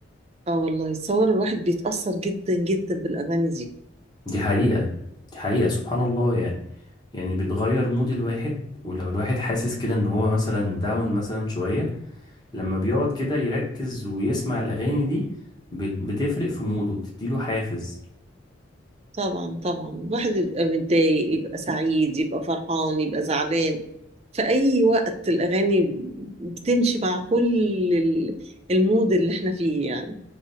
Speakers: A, on the right; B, on the left.
A: اه والله صور الواحد بيتأثر جدا جدا بالأغاني دي
B: دي حقيقة دي حقيقة سبحان الله يعني يعني بتغير مود الواحد ولو الواحد حاسس كده ان هو مثلا داون مثلا شوية لما بيقعد كده يركز ويسمع الأغاني دي بت- بتفرق في موده بتديله حافز
A: طبعا طبعا الواحد يبقى متضايق يبقى سعيد يبقى فرحان يبقى زعلان في أي وقت الأغاني بتمشي مع كل ال- المود اللي احنا فيه يعني